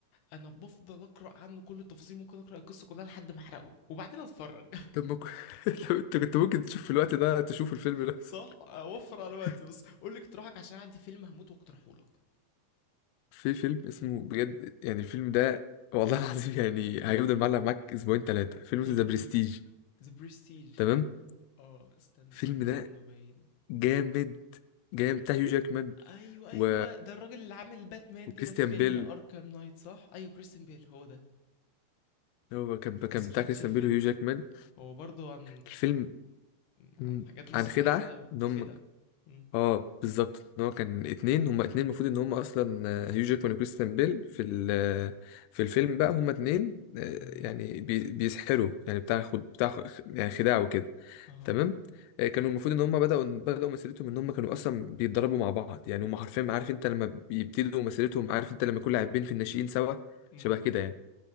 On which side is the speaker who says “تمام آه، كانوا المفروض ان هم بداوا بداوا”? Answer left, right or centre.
Left